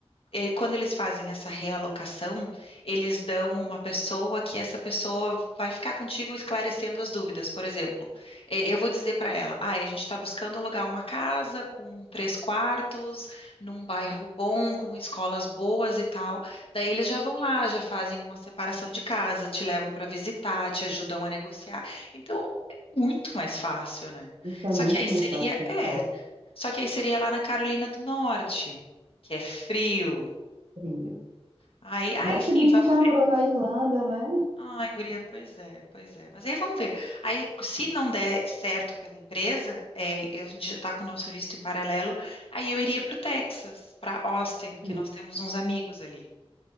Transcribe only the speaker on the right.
Então é muito
mais
fácil,
top,
frio.
Mas
se bem que
já morou
na Irlanda, né?
Sim,